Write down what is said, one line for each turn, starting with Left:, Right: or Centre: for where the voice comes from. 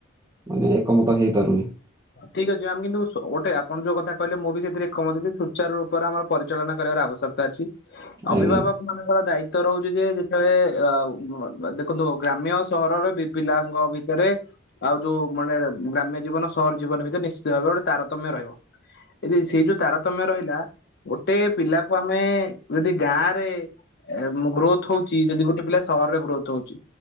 Right: ମାନେ ଏକମତ ହେଇପାରୁନି
Left: ଠିକ୍ ଅଛି ଆମେ କିନ୍ତୁ ଗଟେ ଆପଣ ଯୋଉ କଥା କହିଲ ମୁଁ ବି ସେଥିରେ ଏକମତ ଯେ ସୂଚାର୍ ରୂପରେ ଆମର ପରିଚାଳନା କରିବାର ଆବଶ୍ୟକତା ଅଛି। ଅଭିଭାବକ
Right: ଆଜ୍ଞା।
Left: ମାନଙ୍କର ଦାୟିତ୍ଵ ରହୁଛି ଯେ ଯେତେବେଳେ ଅ ହ ଦେଖନ୍ତୁ ଗ୍ରାମ୍ୟ ସହରରେ ବି ପିଲାଙ୍କ ଭିତରେ ଆଉ ଯୋଉ ମାନେ ଗ୍ରାମ୍ୟ ଜୀବନ ଜୀବନ ଭିତରେ ନିଶ୍ଚିତ ଭାବରେ ଗୋଟେ ତାରତମ୍ୟ ରହିବ। ଯଦି ସେଇ ଯୋଉ ତାରତମ୍ୟ ରହିଲା ଗୋଟେ ପିଲାକୁ ଆମେ ଯଦି ଗାଁରେ ଗ୍ରୋଥ୍ ହଉଛି ଯଦି ଗୋଟେ ପିଲା ସହରରେ ଗ୍ରୋଥ୍ ହଉଛି